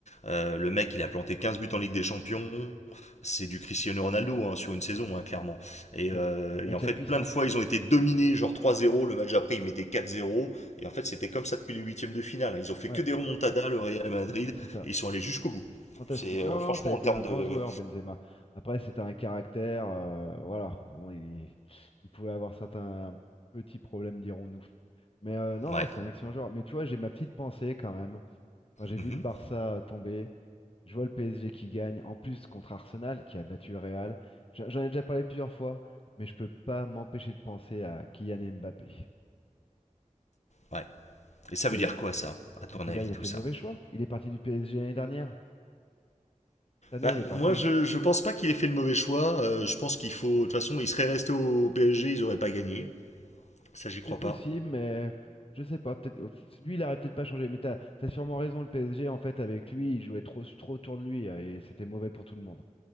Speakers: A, on the left; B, on the left.
A: Euh, le mec, il a planté 15 buts en Ligue des Champions. C'est du Cristiano Ronaldo hein, sur une saison, hein, clairement. Et,
B: Ouais.
A: euh,
B: Avec
A: et en
B: la
A: fait,
B: puissance.
A: plein de fois, ils ont été dominés, genre trois zéro. Le match après, ils mettaient quatre zéro. Et en fait, c'était comme ça depuis les huitièmes de finale. hein. Ils ont fait
B: Ouais,
A: que des remontadas, le Real Madrid,
B: c'est ça.
A: et ils sont allés jusqu'au bout.
B: Fantastique.
A: C'est
B: Non,
A: euh, franchement
B: non, ça a été
A: en termes
B: un
A: de.
B: grand joueur, Benzema. Après, c'était un caractère, euh, voilà. Bon, il, il pouvait avoir certains petits problèmes, dirons-nous. Mais euh, non,
A: Ouais.
B: c'est un excellent joueur. Mais tu vois, j'ai ma petite pensée quand même. Quand j'ai
A: Mhm.
B: vu le Barça euh, tomber, je vois le PSG qui gagne, en plus contre Arsenal, qui a battu le Real. J'en j'en ai déjà parlé plusieurs fois, mais je peux pas m'empêcher de penser à Kylian Mbappé.
A: Ouais. Et ça
B: Ah, bah,
A: veut
B: il
A: dire
B: a- bah,
A: quoi ça, à ton
B: c'est-à-dire,
A: avis,
B: il a
A: tout
B: fait
A: ça
B: le mauvais choix. Il est parti du PSG l'année dernière. Cette année,
A: Bah,
B: il est
A: moi,
B: parti.
A: je, je pense pas qu'il ait fait le mauvais choix. Euh, je pense qu'il faut. De toute façon, il serait resté au PSG, ils auraient pas gagné. Ça, j'y
B: C'est
A: crois
B: possible,
A: pas.
B: mais je sais pas. Peut-être oh, lui, il aurait peut-être pas changé. Mais t'as, t'as sûrement raison. Le PSG, en fait, avec lui, il jouait trop, trop autour de lui hein, et c'était mauvais pour tout le monde.